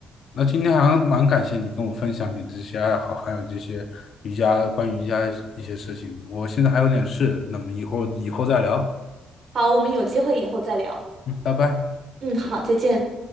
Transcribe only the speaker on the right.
好，我们有机会以后再聊。
嗯，好，再见。